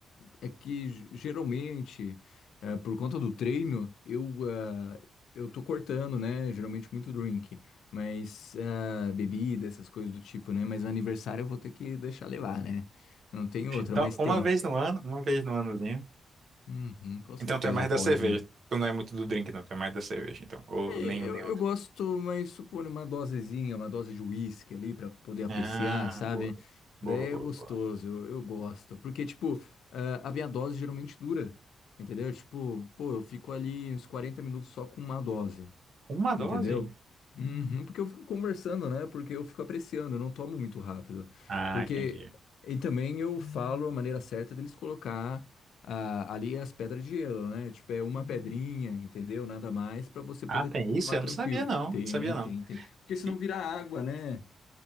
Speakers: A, on the left (about 85°); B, on the right (about 45°).
A: É, é que ge- geralmente, é, por conta do treino, eu, ah, eu tô cortando, né? Geralmente muito drink, mas ah, bebida, essas coisas do tipo, né? Mas no aniversário eu vou ter que deixar levar, né? Não tem outra,
B: Então,
A: mas tem.
B: uma vez no ano, uma vez no anozinho.
A: Uhum, com certeza
B: Então tu é mais
A: pode,
B: da cerveja.
A: né?
B: Tu não é muito do drink, não. Tu é mais da cerveja, então. Ou
A: É,
B: nem um
A: Eu,
B: nem
A: eu
B: outro.
A: gosto, mas supor uma dosezinha, uma dose de uísque ali pra poder apreciar,
B: Ah,
A: sabe?
B: boa. Boa,
A: Daí
B: boa,
A: é gostoso,
B: boa.
A: eu, eu gosto. Porque, tipo, ah, a minha dose geralmente dura, entendeu? Tipo, pô, eu fico ali uns 40 minutos só com uma dose.
B: Com uma dose?
A: Entendeu? Uhum, porque eu fico conversando, né? Porque eu fico apreciando, eu não tomo muito rápido.
B: Ah,
A: Porque.
B: entendi.
A: E também eu falo a maneira certa deles colocar ah, ali as pedras de gelo, né? Tipo, é uma pedrinha, entendeu? Nada mais pra você
B: Ah,
A: poder
B: tem
A: tomar
B: isso? Eu
A: tranquilo.
B: não sabia, não.
A: Tem,
B: Sabia, não.
A: tem, tem. Porque senão
B: E-
A: vira água, né?